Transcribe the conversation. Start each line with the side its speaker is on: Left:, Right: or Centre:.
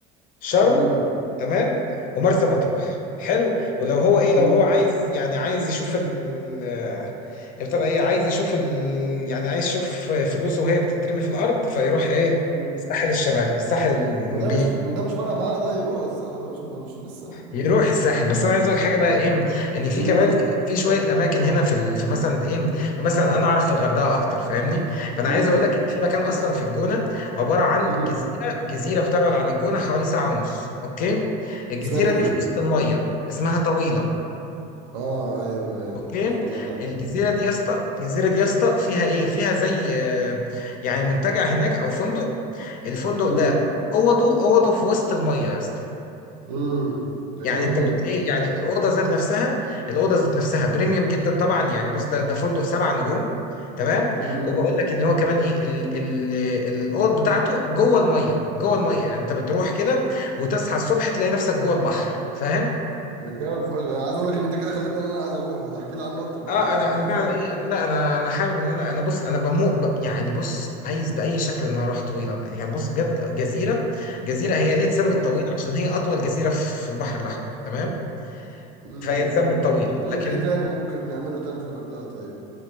Left: شرم
Right: امم
Left: تمام ومرسى مطروح حلو ولو هو ايه
Right: امم
Left: لو هو عايز يعني عايز يشوف ال آه، ابتدى ايه عايز يشوف ال يعني عايز يشوف فلوسه وهي بتترمي في الارض فيروح ايه
Right: امم
Left: الساحل الشمالي الساحل البي
Right: ما ده مش ده مش فارقه معاه ده يروح الساحل يا باشا ما يروحش للساحل
Left: يروح الساحل بس انا عايز اقول حاجه بقى ايه ان في
Right: امم
Left: كمان في, في شويه اماكن هنا في ال- في مثلا ايه مثلا انا اعرف في الغردقه اكتر فاهمني فانا
Right: امم
Left: عايز اقول لك ان في مكان اصلا في الجونه عباره عن
Right: امم
Left: جزيره جزيره بتبعد عن الجونه حوالي ساعه ونص اوكي الجزيره
Right: اسمها ايه
Left: دي
Right: دي
Left: في وسط الميه اسمها طويله
Right: اه ايوه ايوه
Left: اوكي
Right: سمعت
Left: الجزيره دي يا اسطى الجزيره دي يا اسطى فيها ايه فيها زي آه، يعني منتجع هناك او فندق الفندق
Right: امم
Left: ده اوضه اوضه في وسط الميه يا اسطى
Right: امم ده
Left: يعني
Right: جامد
Left: انت
Right: موت
Left: بت ايه يعني
Right: ده
Left: الاوضه ذات نفسها الاوضه ذات نفسها بريميوم جدا طبعا يعني بص ده ده فندق سبع نجوم تمام
Right: امم
Left: وبقول لك ان هو كمان ايه ال ال الاوض بتاعته جوه الميه جوه الميه يعني انت بتروح كده وتصحى الصبح تلاقي نفسك جوه البحر فاهم
Right: ده جامد فشخ انا عايز اقول لك ان انت كده خليتني ان انا عايز اروح وده احكي لي عنه اكتر ده
Left: اه
Right: انا
Left: انا انا
Right: عايز
Left: فعلا
Right: اعرف
Left: ايه انا لا انا انا حابب ان انا انا بص انا بموت ب- يعني بص عايز باي شكل ان انا اروح طويله ده يعني بص بجد جزيره جزيره هي ليه اتسمت
Right: اه
Left: طويله عشان هي اطول جزيره في البحر الاحمر تمام
Right: امم
Left: فهي اتسمت
Right: جامد
Left: طويله
Right: موت طب
Left: لكن
Right: ممكن ايه تاني ممكن نعمله تاني في الغردقه طيب